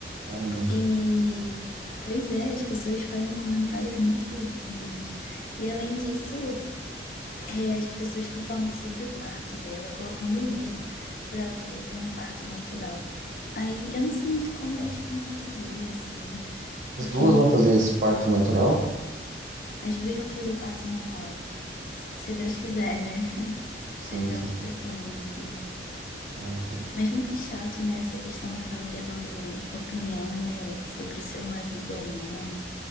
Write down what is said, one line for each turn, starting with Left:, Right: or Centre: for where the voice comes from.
Right: caramba.
Left: E, pois é, as pessoas fazem comentários muito horríveis. E além disso, é, as pessoas estão falando sobre o parto dela, colocando medo por ela querer ter um parto natural. Aí eu não sei muito como
Right: Tá.
Left: responder, assim.
Right: As
Left: Eu
Right: duas
Left: fiquei meio.
Right: vão fazer esse parto natural?
Left: As duas vão fazer o parto normal, se Deus quiser, né?
Right: Sim,
Left: Mas elas
Right: sim.
Left: pretendem, sim.
Right: Ah,
Left: Mas muito chato, né? Essa questão da família dando opinião, né? Sobre ser uma vida ou não,